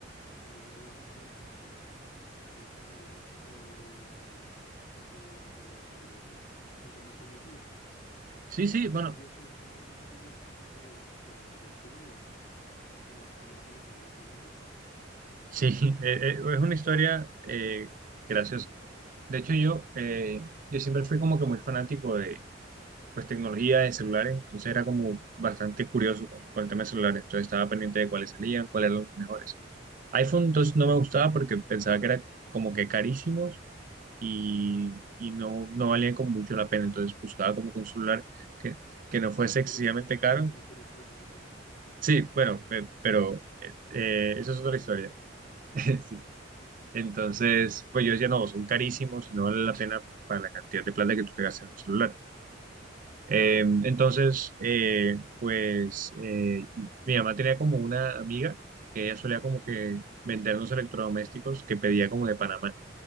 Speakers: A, on the left; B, on the right.
A: tú también me habías comentado eh, eh, sobre, sobre... Tú también tenías uno.
B: Sí,
A: Y,
B: sí,
A: y es
B: bueno,
A: curioso que esa casualidad porque hasta donde yo entiendo no, no se comercializaban en Colombia.
B: sí, <laughs> eh, eh, es una historia eh, graciosa. De hecho, yo, eh, yo siempre fui como que muy fanático de pues tecnología de celulares, entonces era como bastante curioso con, con el tema de celulares, entonces estaba pendiente de cuáles salían, cuáles eran los mejores. iPhone entonces no me gustaba porque pensaba que eran como que carísimos y, y no, no valían como mucho la pena, entonces buscaba como que un celular que, que no fuese
A: ¿Y
B: excesivamente
A: ahori- ahorita, ahorita
B: caro.
A: no tienes iPhone? <laughs>
B: Sí, bueno, pe- pero eh, eh, eso
A: en
B: es otra
A: ese
B: historia.
A: momento. <laughs>
B: <laughs> Sí. Entonces, pues yo decía, no, son carísimos y no vale la pena para la cantidad de plata que tú te gastas en un celular. Eh, entonces, eh, pues eh, mi mamá tenía como una amiga que ella solía como que vendernos electrodomésticos que pedía como de Panamá